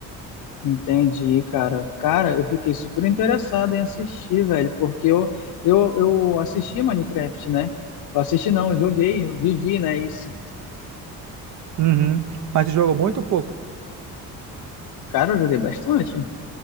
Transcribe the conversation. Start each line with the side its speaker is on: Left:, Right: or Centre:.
Left: Entendi, cara. Cara, eu fiquei super interessado em assistir, velho, porque eu, eu, eu assisti Minecraft, né? Eu assisti, não, eu joguei, eu vivi, né? Isso.
Right: Uhum. Mas tu jogou muito ou pouco?
Left: Cara, eu joguei bastante.